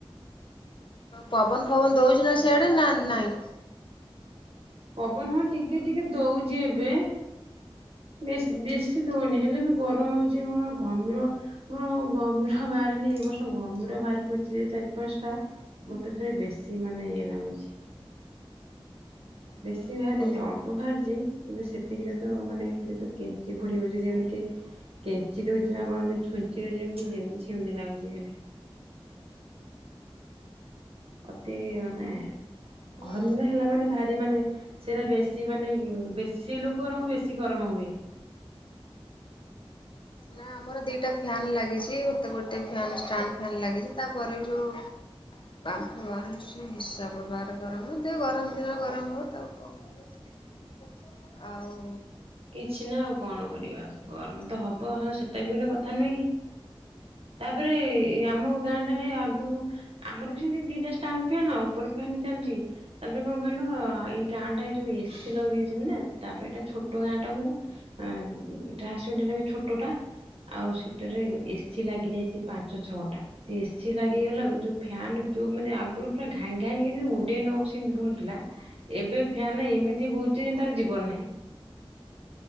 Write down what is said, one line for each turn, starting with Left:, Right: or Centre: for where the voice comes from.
Left: ପବନ ଫବନ ଦଉଚି ନା ସିଆଡେ ନା ନାଇଁ?
Right: ପବନ ହଁ ଟିକେ ଟିକେ ଦଉଚି ଏବେ। ବେଶ ବେଶୀ ଦଉନି ହେଲେ ବି ଗରମ ହଉଚି ମୋର ଘମିର ମୋର ଘମିର ବାହାରେନି ଏ ବର୍ଷ ଘମିର ବାହାରି ପଡିଚି ଯେ ଚାରି ପାଞ୍ଚଟା ମୋତେ ଫେରେ ବେଶୀ ମାନେ ଇଏ ନାଗୁଚି। ବେଶୀ
Left: ହୁଁ।
Right: ବାହାରିନି ଅଳ୍ପ ବାହାରିଚି। କିନ୍ତୁ ସେତିକିରେ ତ ମାନେ ଖାଲିତ କେଞ୍ଚିପୋଡି ହଉଚି ଯେମତିକି କେଞ୍ଚି ଦଉଚି ନା କଣ ଯୋଉ ଛୁଞ୍ଚିର ଯେମିତି ଯେମତି ସେମିତି ନାଗୁଚି ଖାଲି। ଅତି ମାନେ
Left: ହୁଁ
Right: ଘମିର ହେଲା ମାନେ ଭାରି ମାନେ ସେରା ବେଶୀ ମାନେ ହିଁ ବେଶୀ ଲୋକମାନଙ୍କୁ ବେଶୀ ଗରମ ହୁଏ।
Left: ନା ଆମର ଦିଟା ଫ୍ୟାନ ଲାଗିଚି ଗୋଟେ ଗୋଟେ ଫ୍ୟାନ ଷ୍ଟାଣ୍ଡ ଫ୍ୟାନ ଲାଗିଚି ତାପରେ ବି ଯଉ ବାମ୍ଫ ବାହାରୁଛି ହିସାବ ବାହାର ଗରମ ଯେ ଗରମ ଦିନ ଗରମ ହବ ତାକୁ କଣ ଆଉ
Right: କିଛି ନା ଆଉ କଣ କରିବା ଗରମ ତ ହବ ହ ସେଟା ବି ଗୋଟେ କ ତା ନୁହେଁକି ତାପରେ ଆମ ଗାଁ ଟାରେ ଆଗରୁ ଆମର ବି ସେମିତି ଦିଟା ଷ୍ଟାଣ୍ଡ ଫ୍ୟାନ ଉପର ଫ୍ୟାନ ଚାଲିଚି ତାପରେ କଣ କହିଲ ଏଇ ଗାଁ ଟା ଯୋଉ ଏସି ଲଗେଇଛନ୍ତି ନା ତାପରେ ଏଇଟା ଛୋ ଛୋଟ ଗାଁଟାକୁ ଆଁ ଟ୍ରାନ୍ସମିଟର୍ ଏବେ ଛୋଟ ଟା ଆଉ ସେଟାରେ ଏସିି ଲାଗି ଯାଇଚି ପାଞ୍ଚ ଛଅଟା। ସେ ଏସି ଲାଗିଗଲା ଯୋଉ ଫ୍ୟାନ ଯୋଉ ମାନେ ଆଗୁରୁ ପୁରା ଘାଇଁଘାଇଁ ଉଡେଇ ନବ ସେମିତି ବୁଲୁଥିଲା ଏବେ ଫ୍ୟାନ୍ ଏମିତି ବୁଲୁଚି ଯେ ତାର ଜୀବନ ନାହିଁ।